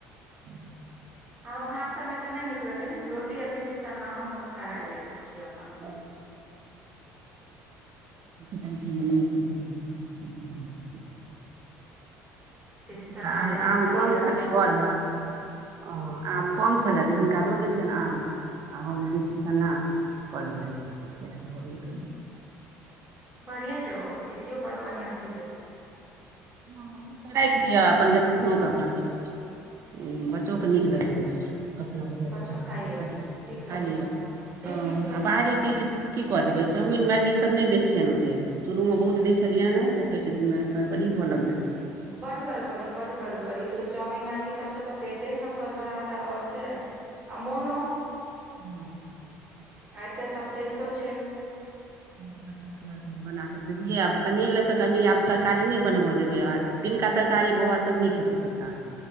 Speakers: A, on the right; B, on the right.
A: <unintelligible> <inaudible>
B: हमरा भात सङ्गे तऽ नय नीक लगैये लेकिन रोटी आ ति सी सन्ना हम तऽ खाए लै छी अपन।
A: <inaudible> <inaudible> तनिटा
B: तीसी सन्ना
A: आय
B: रोटी
A: आम
B: खा
A: कम
B: लिअ
A: छलै
B: अपन
A: घर में ओ आम कम छलै त हिनका दऽ देलियन आम आ हम तीसी सना करने रहे तऽ तहां भोरे उठलिये
B: बढ़िये छै ओहो तीसीयो बड़ बढ़िया चीज ऐछ
A: हाँ भुज के राख लिया अपन जे कखनो के अपन हूँ बच्चो के नीक लगैया अपना बजार
B: बच्चो
A: के
B: खाइया
A: <inaudible> खा
B: ठीक लगै
A: लिया
B: छै हँ से
A: हाँ
B: ठीक छै
A: आ बाहरी चीज की कऽ देबै चाउमिन मैगी सब ने दै छिये ओते शुरू मे बहुत दै छलियैन कतेक चीज में ऐकर बड़ी हुए लगलै
B: बड गरबरी बड गरबरी ओ तऽ चाउमिन मैगी सबसे तऽ पेटे सब गड़बड़ा जा रहल छैय आ मोनो
A: तहन
B: आ ऐेतऽ शबदेतो छैय
A: <inaudible> तरकारी बना कऽ देबियै आब कनियए ले तऽ कनि आब तरकारी ने बनबो जेबै आब दिनका तरकारी बौआ सब नेय खेते <inaudible>